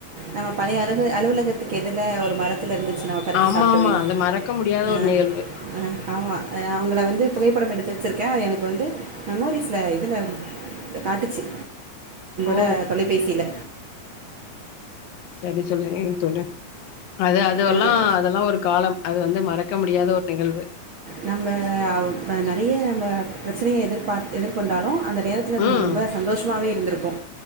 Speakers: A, on the right; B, on the left.
A: நம்ம பழைய அலக அலுவல <inaudible> அதுக்கு எதிர்ல ஒரு மரத்தில இருந்துச்சு நம்ம பறிச்சு
B: ஆமா
A: சாப்ட்டோமே
B: ஆமா அது மறக்க முடியாத
A: ஆ
B: ஒரு நிகழ்வு
A: ஆ ஆமா அவங்கள வந்து புகைப்படம் எடுத்து வச்சுருக்கே அது எனக்கு வந்து மெமோரிஸ்ல இதில காட்டுச்சு
B: ஓ
A: ல தொலைபேசியில
B: சரி சொல்லுறே தோடா அது அதுல்லா
A: உங்களுக்கு
B: அதெல்லா ஒரு காலம் து வந்து மறக்க முடியாத ஒரு நிகழ்வு
A: நம்ம அவ் நெறைய ம நம்ம பிரச்சனைய எதிர்பார் எதிர்கொண்டாலு அந்த நேரத்தில நம்ம
B: ம்
A: ரொம்ப சந்தோஷமாவே இருந்திருக் க்கு